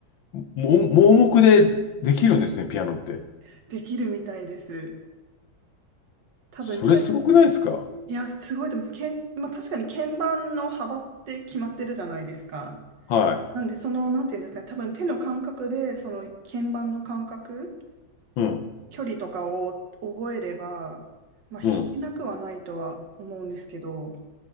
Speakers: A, on the left; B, on the right.
A: も、盲目でできるんですね、ピアノって。
B: <laughs> できるみたいです。多分、
A: それすごくないですか
B: 鍵いや、すごいと思います。鍵まあ、確かに鍵盤の幅って決まってるじゃないですか。
A: はい。
B: なんで、その、なんていうんですかね、多分手の感覚で、その鍵盤の感覚、
A: うん、
B: 距離とかを覚えれば、まあ、弾けなくはないとは思うんですけど、
A: うん。